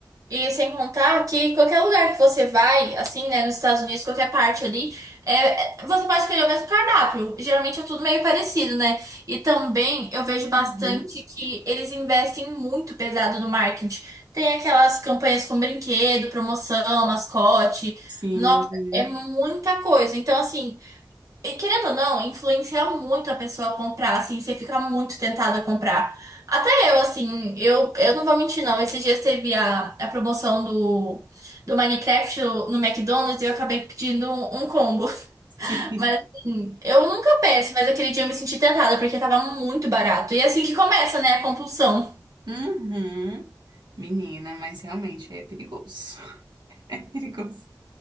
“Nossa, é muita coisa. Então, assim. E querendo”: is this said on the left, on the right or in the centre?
Right